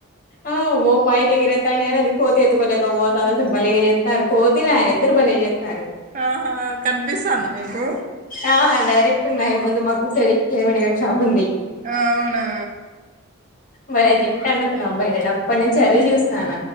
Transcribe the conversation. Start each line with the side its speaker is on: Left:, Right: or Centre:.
Left: ఆ ఓ పైకి ఎగిరేతండి అది కోతి ఏత్తు కొలేక పోతంది అసలు బలేగ చేత్తరు. కోతి ఆయన ఇద్దరు బలే చేస్తారు.
Right: ఆహా కనిపిస్తాందా మీకు
Left: ఆ డైరెక్ట్ ఉన్నాయి ముందు మాకు కె మెడికల్ షాప్ ఉంది.
Right: అవునా
Left: మజీంట అన్నతున్నా అమాయిను అప్ప నుంచి అదే చూస్త నాన